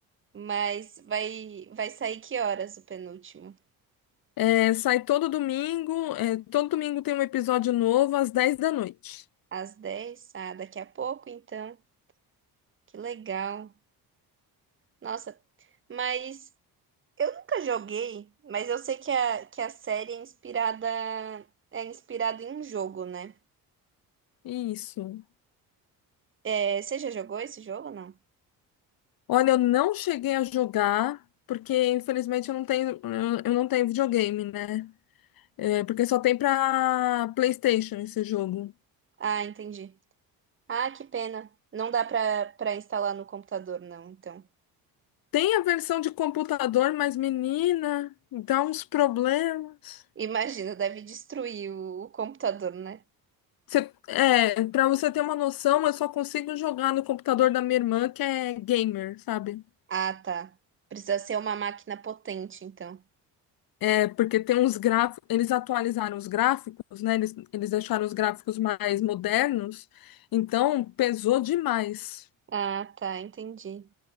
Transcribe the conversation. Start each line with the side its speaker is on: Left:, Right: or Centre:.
Right: Mas vai, vai sair que horas o penúltimo?
Left: É, sai todo domingo, é, todo domingo tem um episódio novo às 10 da noite.
Right: Às 10? Ah, daqui a pouco, então. Que legal. Nossa, mas eu nunca joguei, mas eu sei que a, que a série é inspirada, é inspirada em um jogo, né?
Left: Isso.
Right: É, você já jogou esse jogo ou não?
Left: Olha, eu não cheguei a jogar, porque infelizmente eu não tenho, eu eu não tenho videogame, né? É, porque só tem pra PlayStation esse jogo.
Right: Ah, entendi. Ah, que pena. Não dá pra, pra instalar no computador, não, então.
Left: Tem a versão de computador, mas menina, dá uns problemas.
Right: Imagina, deve destruir o, o computador, né?
Left: Você, é, para você ter uma noção, eu só consigo jogar no computador da minha irmã, que é gamer, sabe?
Right: Ah, tá. Precisa ser uma máquina potente, então.
Left: É, porque tem uns gráficos, eles atualizaram os gráficos, né? Eles, eles deixaram os gráficos mais modernos, então pesou demais.
Right: Ah, tá, entendi.